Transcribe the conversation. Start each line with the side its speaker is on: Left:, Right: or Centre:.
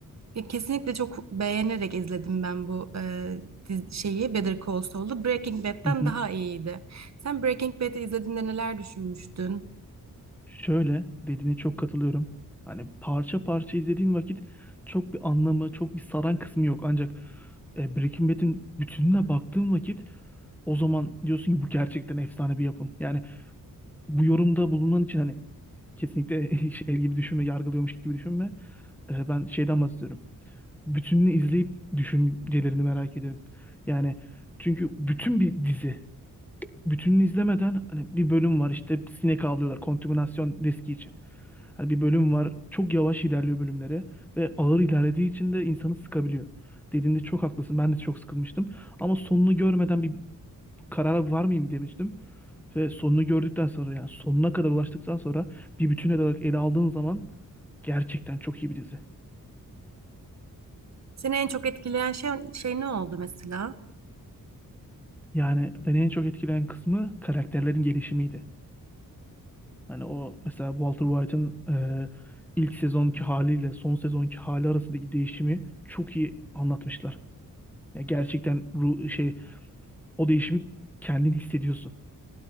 Right: ya kesinlikle çok beğenerek izledim ben bu e, diz- şeyi Better Call Saul'u. Breaking Bad'den
Centre: Hı hı.
Right: daha iyiydi. Sen Breaking Bad'i izlediğinde neler düşünmüştün?
Centre: Şöyle dediğine çok katılıyorum. Hani parça parça izlediğin vakit çok bir anlamı, çok bir saran kısmı yok. Ancak e, Breaking Bad'in bütününe baktığın vakit o zaman diyorsun ki bu gerçekten efsane bir yapım. Yani bu yorumda bulunan için hani kesinlikle <laughs> şey gibi düşünme, yargılıyormuş gibi düşünme. E, ben şeyden bahsediyorum. bütününü izleyip düşüncelerini merak ederim. Yani çünkü bütün bir dizi bütününü izlemeden hani bir bölüm var işte sinek avlıyorlar kontaminasyon riski için. Hani bir bölüm var çok yavaş ilerliyor bölümleri ve ağır ilerlediği için de insanı sıkabiliyor. Dediğinde çok haklısın. Ben de çok sıkılmıştım. Ama sonunu görmeden bir karara var mıyım demiştim. Ve sonunu gördükten sonra yani sonuna kadar ulaştıktan sonra bir bütün olarak ele aldığın zaman gerçekten çok iyi bir dizi.
Right: Seni en çok etkileyen şey, şey ne oldu mesela?
Centre: Yani beni en çok etkileyen kısmı karakterlerin gelişimiydi. Hani o mesela Walter White'ın e, ilk sezonki haliyle son sezonki hali arasındaki değişimi çok iyi anlatmışlar. Ya gerçekten ru şey o değişimi kendin hissediyorsun.